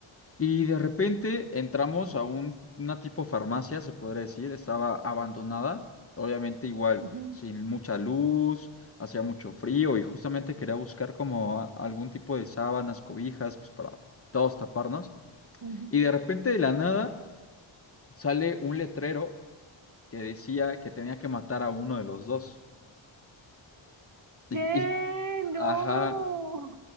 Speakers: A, on the left; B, on the right.
A: y de repente entramos a un, una tipo farmacia, se podría decir, estaba abandonada, obviamente igual,
B: ujú,
A: sin mucha luz, hacía mucho frío y justamente quería buscar como a- algún tipo de sábanas, cobijas, pues para todos taparnos.
B: ujú.
A: Y de repente de la nada sale un letrero que decía que tenía que matar a uno de los dos. Y,
B: ¿Qué?
A: y-
B: No.
A: ajá,